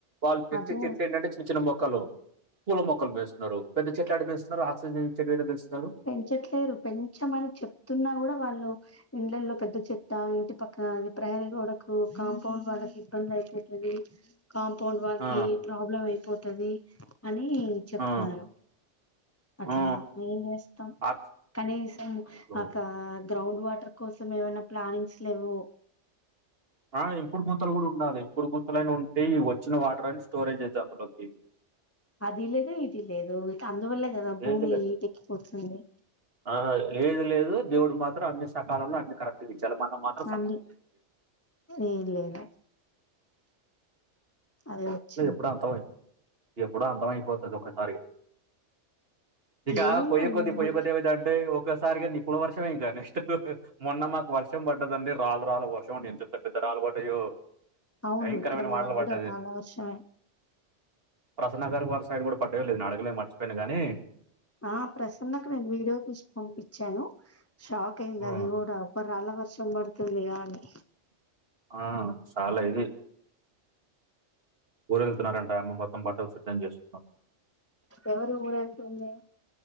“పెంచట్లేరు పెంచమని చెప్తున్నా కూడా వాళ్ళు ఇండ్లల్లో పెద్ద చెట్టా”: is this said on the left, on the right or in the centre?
Left